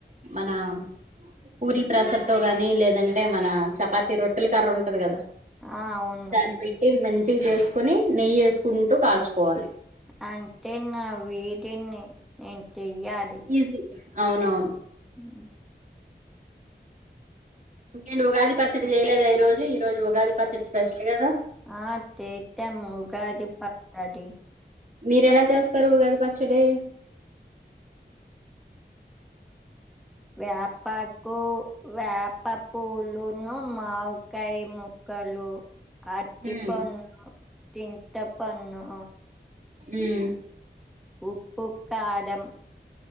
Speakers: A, on the right (about 45°); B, in the centre.
A: మన పూరి ప్రసర్ తో గాని. లేదంటే మన చపాతి రొట్టెల కర్ర ఉంటది కదా.
B: ఆ అవును
A: దాన్ని పెట్టి మంచిగ్ చేసుకొని నెయ్యి వేసుకుంటూ కాల్చుకోవాలి
B: అంతే నా వీడిని నే చెయ్యది
A: ఈజీ అవునవును
B: అహ్
A: ఇంకేను ఉగాది పచ్చడి చేయలేదా. ఈ రోజు ఈ రోజు ఉగాది పచ్చడి స్పెషల్ కదా
B: ఆహ్ తెతం ఉగాది పత్తడి
A: మీరెలా చేస్తారు ఉగాది పచ్చడి.
B: వేపకు, వేప పూలును, మావికాయ ముక్కలు అటిపన్ను
A: ఉమ్
B: చింతపంన్ను
A: ఉహ్
B: ఉప్పు, కాదం,